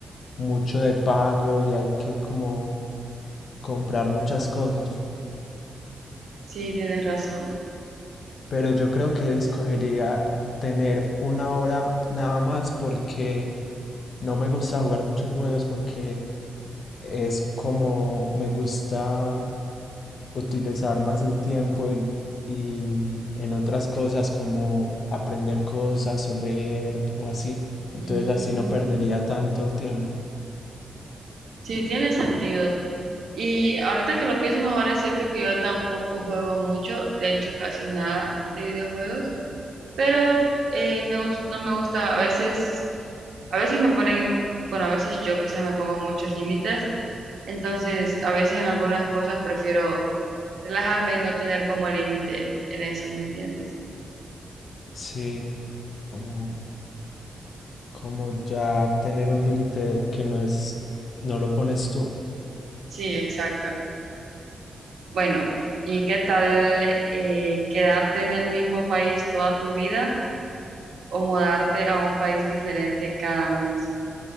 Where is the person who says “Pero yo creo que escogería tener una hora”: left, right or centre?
Left